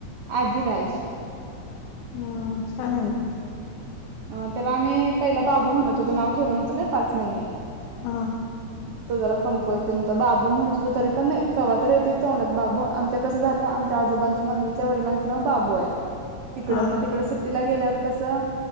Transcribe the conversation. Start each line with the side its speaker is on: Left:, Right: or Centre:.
Right: आदिराज
Left: हा छान आहे
Right: अ त्याला आम्ही पहिला बाबू म्हणत होतो नाव ठेवलं नवतं ना पाच महिने
Left: हा
Right: तो जरा कमकवत ते नव्हता बाबू म्हणत त हो तरी पण कवातर येत तोंडात बाबू आमच्या कसं झालं आमच्या आजोबांचं मम्मीच्या वडलांचं नाव बाबू आहे तिकडं
Left: हा
Right: मग
Left: हा
Right: तिकडं सु सुट्टीला गेल्यावर कसं